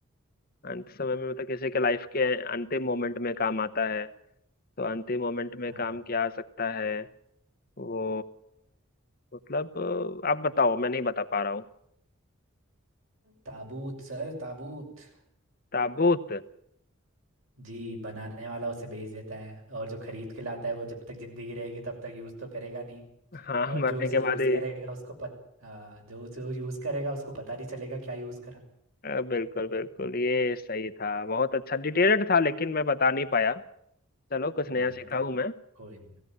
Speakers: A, on the left (about 45°); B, on the right (about 75°).
A: अंत समय में मतलब किसी के लाइफ के अंतिम मोमेंट में काम आता है तो अंतिम मोमेंट में
B: हाँ
A: काम क्या आ सकता है वो मतलब अ, आप बताओ मैं नहीं बता पा रहा हूँ
B: ताबूत सर ताबूत
A: ताबूत
B: जी बनाने वाला उसे बेच देता है और जो खरीद के लाता है वो जब तक जिंदगी रहेगी तब तक यूज़ तो करेगा नहीं
A: हाँ
B: और
A: <laughs> मरने
B: जो उसे
A: के
B: यूज़
A: बाद ही
B: करेगा उसको पत हाँ जो उसे यूज़ करेगा उसको पता नहीं चलेगा क्या यूज़ करा
A: अ, बिल्कुल बिल्कुल ये सही था बहुत अच्छा डिटेल्ड था लेकिन मैं बता नहीं पाया चलो कुछ
B: हम्म,
A: नया सीखा हूँ मैं
B: कोई नहीं